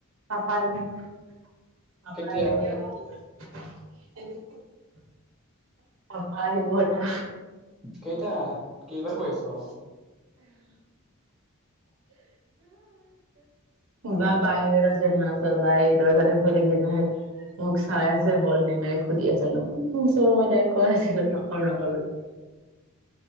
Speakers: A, on the right; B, in the centre.
A: পাৰিব
B: কেতিয়া
A: অ পাপাই আহিব এতিয়া।
B: কেইটা কেইবাৰ কৈ আছোঁ।
A: বা বাহিৰত আছে ন বা এই দৰ্জাটো খুলি কিনে মোক চাই আছে হ'ল নে নাই সুধি আছে ন মই তাই কৈ আছিলোঁ নকৰ নকৰ বুলি।